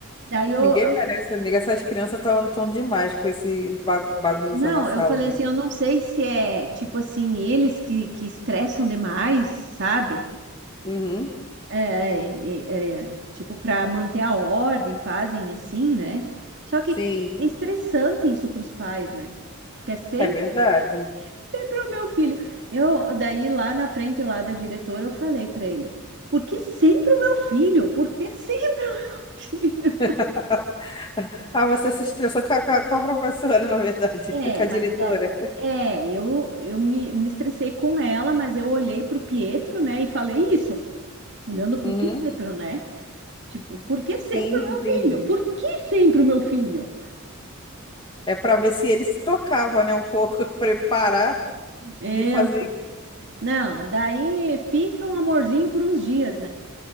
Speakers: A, on the right (about 60°); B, on the left (about 25°).
A: Daí eu.
B: Ninguém merece, amiga. Essas crianças estão demais com esse ba- bagunça
A: Não,
B: na sala,
A: eu falei
B: né?
A: assim, eu não sei se é tipo assim, eles que, que estressam demais, sabe?
B: Uhum,
A: É, é, é, é, tipo, para manter a ordem, fazem assim, né? Só que
B: sim,
A: é estressante isso para os pais, né? Porque é sempre
B: é verdade.
A: Sempre é o meu filho. Eu, daí lá na frente lá da diretora, eu falei para ele: "Por que sempre o meu filho? Por que sempre o meu <laughs> filho?"
B: <laughs> Ah, você se estressou com a, com a- com a professora, na verdade,
A: É,
B: <laughs> com a
A: mas
B: diretora.
A: da- é, eu eu me, me estressei com ela, mas eu olhei pro Pietro, né, e falei isso, olhando pro
B: Uhum,
A: Pietro, né? Tipo, por que sempre
B: sim,
A: o meu
B: entendi.
A: filho? Por que sempre o meu filho?
B: É para ver se ele se tocava, né, um pouco, <laughs> preparar
A: Eu,
B: de fazer
A: não, daí fica um amorzinho por uns dias, né?